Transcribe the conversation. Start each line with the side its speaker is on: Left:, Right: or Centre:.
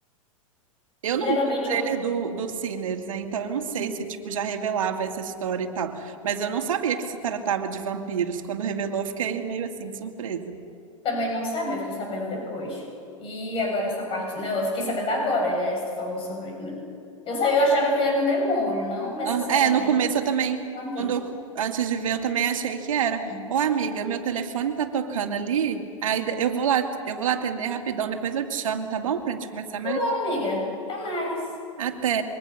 Right: Eu
Left: Geralmente
Right: não vi o trailer do, do Sinners, né? Então eu não sei
Left: eu.
Right: se, tipo, já revelava essa história e tal. Mas eu não sabia que se tratava de vampiros. Quando revelou, eu fiquei meio assim, surpresa.
Left: Também não sabia, eu fiquei sabendo depois. E agora essa parte. Não, eu fiquei sabendo agora, aliás, tu falou sobre. Eu sabia, eu achava que ele era um demônio, não necessariamente
Right: Ah, É, no começo
Left: um
Right: eu também,
Left: vampiro.
Right: quando eu, antes de ver, eu também achei que era.
Left: Uhum.
Right: Ô, amiga, meu telefone tá tocando ali. Aí de- eu vou lá, eu vou lá atender rapidão, depois eu te chamo, tá bom? Pra gente conversar mais.
Left: Bom, amiga, até mais.
Right: Até.